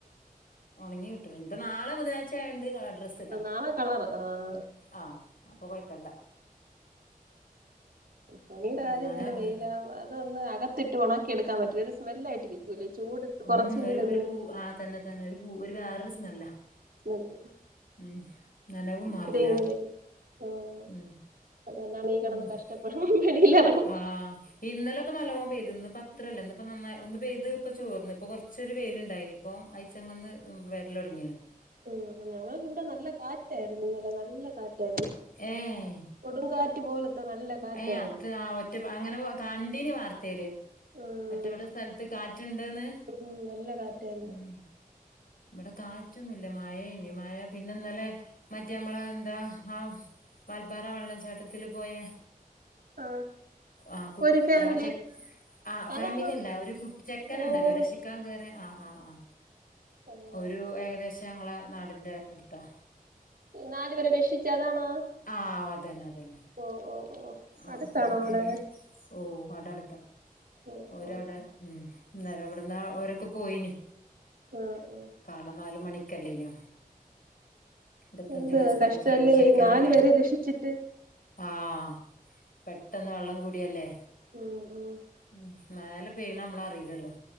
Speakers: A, on the left; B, on the right.
A: ഒണങ്ങി കിട്ടുല. ന്നിപ്പ നാളെ ബുധാനായ്ചായോണ്ട് കളർ ഡ്രസ്സ് ഇടാ
B: നാളെ കളറ് ആഹ്
A: ആഹ് അപ്പൊ കൊഴപ്പല്ല.
B: തുണിയുടെ
A: ഒണങ്ങാനാ
B: കാര്യം തന്നെ
A: പരം
B: വെയിലാവാ അതൊന്ന് അകത്തിട്ട് ഉണക്കി എടുക്കാൻ പറ്റില്ല, ഒരു സ്മെല്ലായിട്ടിരിക്കും. വല്യ ചൂട്.
A: ഉം
B: കുറച്ചെങ്കിലും
A: ഒരു
B: ഒന്ന്
A: ഒരു പൂ ആ തന്നെ തന്നെ ഒരു പൂ ഒരു വേറൊരു സ്മെല്ലാ.
B: സ്മെല്ല്
A: ഉം നനവും
B: ഇത്തിരി
A: മാറൂല
B: ഇങ്ങനെ ആഹ്
A: ഉം
B: അതുകൊണ്ടാണ് ഈ കടന്ന്
A: ഉം
B: കഷ്ടപ്പെടു വെയിലറ
A: ആഹ് ഇന്നലെപ്പ നല്ലോം പെയ്ത്. ഇന്ന്പ്പ ത്രല്ല. ഇന്ന് ഇപ്പ നന്നായി ഒന്ന് പെയ്ത് പ്പ ചോർന്ന്. പ്പൊ കൊർച്ചൊരു വെയില്ണ്ടായിനി, ഇപ്പം അയ്ച്ചങ്ങന്ന് വെര്ലൊട്ങ്ങിണ്.
B: ഉം ഞങ്ങൾക്കിവിടെ നല്ല കാറ്റായിരുന്നു ന്നലെ. നല്ല കാറ്റായിരുന്നു.
A: ഏഹ്
B: കൊടുങ്കാറ്റ് പോലത്തെ നല്ല. കാറ്റായിരുന്നു
A: ഏയ് അത്ത ആ ഒറ്റ അങ്ങനെ കണ്ടീന് വാർത്തേല്.
B: ഉം
A: ഒറ്റപ്പെട്ട സ്ഥൽത്ത് കാറ്റ്ണ്ട്ന്ന്
B: ഉം നല്ല കാറ്റായിരുന്നു
A: ഉം ബടെ കാറ്റൊന്നുംല്ല മഴേനി മഴ പിന്നെന്നലെ മറ്റേ അമ്മള എന്താ ആഹ് വാൽപ്പാറ വള്ളം ചാട്ടത്തില് പോയേ
B: ആഹ്
A: ആഹ് കു
B: ഒരു ഫാമിലി
A: ആ ചെക് ആ ഫാമിലി
B: അതാണോ
A: അല്ല ഒരു കുട്ട് ചെക്കനിണ്ടല്ലോ
B: ഓഹ്
A: രക്ഷി ക്കാൻ കേറ്യേ. ആഹ് ആഹ് ആഹ്
B: ആഹ്
A: ഒരു ഏകദേശം ഞങ്ങളെ നാടിന്റെ അട്ത്താ
B: നാല് പേരെ രക്ഷിച്ച അതാണാ
A: ആഹ് അതന്നെ അതന്നെ
B: ഓഹ് ഓഹ് ഓഹ്
A: ആഹ്
B: അടുത്താണോ
A: അപ്പൊ
B: അവടെ
A: ഉം ഓഹ് അടടുത്താ
B: ഓഹ്
A: ഓരവിടെ
B: ഓഹ്
A: ഉം ന്നേര ഇവിടന്നാ ഓരൊക്കെ പോയിനി
B: ആഹ് ആഹ്
A: കാരണം നാല് മണിക്കല്ലേനോ ഇരത്തഞ്ചു
B: എന്ത്
A: വയസായ
B: കഷ്ടല്ലേ
A: ചെറിയ ചെക്കനല്ലേ
B: ഈ നാലു പേരെ രക്ഷിച്ചിട്ട്
A: ആഹ് പെട്ടന്ന് വെള്ളം കൂടിയല്ലേ
B: ഉം ഉം
A: ഉം മേലെ പെയ്യണമ്മളറീലല്ലോ